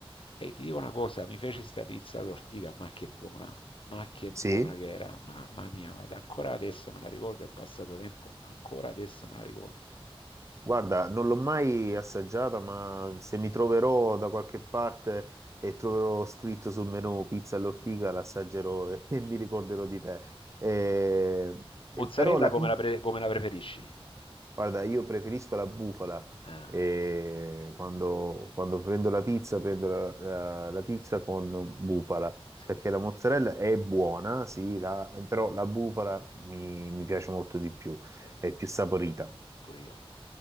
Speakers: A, on the left (about 60°); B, on the right (about 30°).
A: E ti dico una cosa, mi fece sta pizza all'ortica, ma che buona, ma che buona
B: sì.
A: che era, mamma mia, guarda, ancora adesso me la ricordo, è passato tempo, ancora adesso me la ricordo.
B: Guarda, non l'ho mai assaggiata, ma se mi troverò da qualche parte e troverò scritto sul menù pizza all'ortica, l'assaggerò e, <laughs> e mi ricorderò di te. Eh, e
A: Mozzarella
B: però la
A: come
B: pi-
A: la, pre- come la preferisci?
B: Guarda, io preferisco la bufala.
A: Ah,
B: E quando, quando prendo la pizza, prendo la, la- la pizza con bufala,
A: sì,
B: perché la mozzarella è buona, sì, la- però la bufala mi, mi piace molto di più,
A: sì,
B: è più saporita.
A: pure io.